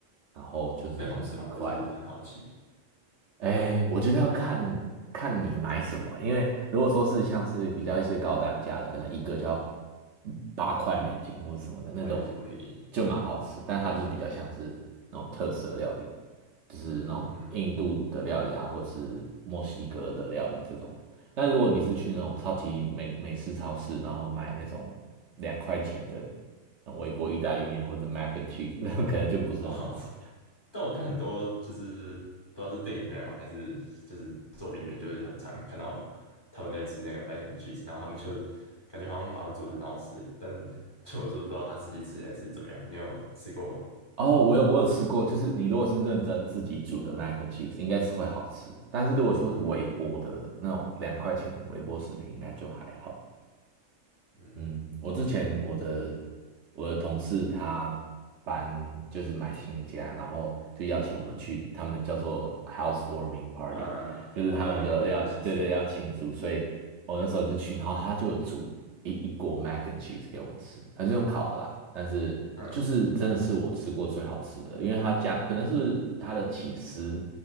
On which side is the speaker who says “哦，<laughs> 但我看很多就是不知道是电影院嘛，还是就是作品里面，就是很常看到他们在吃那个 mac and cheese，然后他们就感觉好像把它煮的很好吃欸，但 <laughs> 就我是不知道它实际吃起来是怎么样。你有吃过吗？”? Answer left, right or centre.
Left